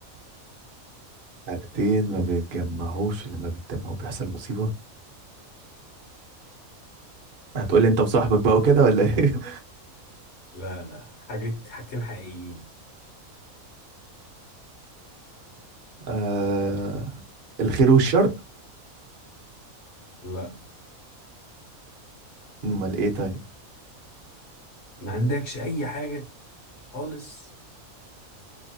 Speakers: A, on the right; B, on the left.
A: حاجتين ما بيتجمعوش لما بيتجمعوا بيحصل مصيبة هتقولي انت وصاحبك بقى وكده ولا ايه
B: لا لا حاجات حاجتين حقيقيين
A: <laughs> آه... الخير والشر
B: لا
A: امال ايه طيب
B: ما عندكش اي حاجة خالص